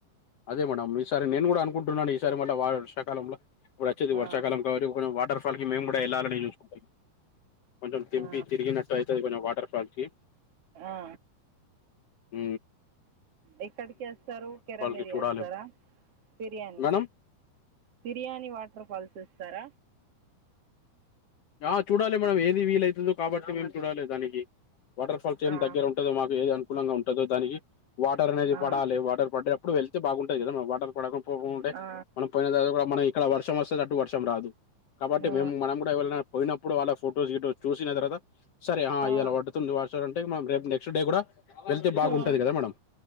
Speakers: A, on the left; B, on the right.
A: అదే మేడం ఈసారి నేను కూడా అనుకుంటున్నాను ఈసారి మళ్ళీ వర్షాకాలంల ఇప్పుడు వచ్చది
B: ఆ,
A: వర్షాకాలం కాబట్టి కొంచం వాటర్ ఫాల్ కి మేము కూడా ఎల్లాలని చూసుకుంటాం కొంచెం తింపి
B: ఆ,
A: తిరిగినట్టు అయితది కొంచెం వాటర్ఫాల్ కి
B: ఆ
A: ఉ
B: ఎక్కడికి వస్తారు కెరామరీ
A: కి చూడాలి
B: <unintelligible> biryani
A: madam
B: biryani waterfalls ఇస్తార
A: ఆ చూడాలి మేడమ్ ఏది వీలవుతుందో కాబట్టి మేము చూడాలి దానికి వాటర్ ఫాల్స్ ఏమి
B: ఆ,
A: దగ్గర ఉంటదో మాకు ఏది అనుకూలంగ ఉంటుందో దానికి వాటర్ అనేది
B: ఆ,
A: పడాలి వాటర్ పడే అప్పుడు వెళ్తే బాగుంటది కదా మన వాటర్ పడక పోకుంటే
B: ఆ,
A: మనం పోయిన <unintelligible> మనం ఇక్కడ వర్షం వస్తది అటు వర్షం రాదు కాబట్టి
B: ఆ,
A: మేము మనం కూడ <unintelligible> పోయినప్పుడు వాళ్ళ ఫొటోస్ <unintelligible> చూసిన తర్వాత సరే
B: ఆ,
A: ఇలా పడ్తుది <unintelligible> అంటే రేపు నెక్స్ట్ డే కూడ వెళ్తే బాగుంటది
B: ఆ.
A: కదా మేడం